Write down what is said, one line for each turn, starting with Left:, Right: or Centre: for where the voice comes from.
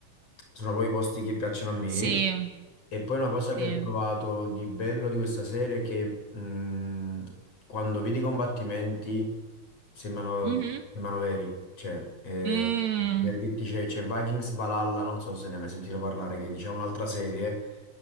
Left: sono poi i posti che piacciono a me.
Right: sì,
Left: E poi una cosa
Right: sì.
Left: che ho trovato di bello di questa serie è che mh, quando vedi i combattimenti sembrano,
Right: Mhm.
Left: sembrano veri. Cioè, eh,
Right: Mm,
Left: per dirti c'è c'è Vikings Valhalla, non so se ne hai mai sentito parlare, che è diciamo un'altra serie